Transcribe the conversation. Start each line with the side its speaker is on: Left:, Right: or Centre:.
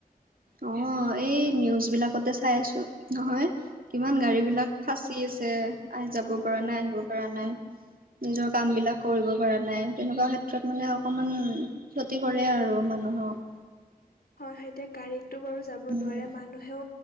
Right: অ' এই নিউজবিলাকতে চাই আছোঁ নহয়। কিমান
Left: অ
Right: গাড়ীবিলাক ফাঁচি আছে, আ, যাব
Left: অ
Right: পৰা নাই আহিব পৰা নাই। নিজৰ কামবিলাক কৰিব পৰা নাই, তেনেকুৱা ক্ষেত্ৰত মানে অকণমান ক্ষতি কৰে আৰু মানুহক।
Left: হয়, এতিয়া গাড়ীতটো বাৰু যাব
Right: উম
Left: নোৱাৰে, মানুহেও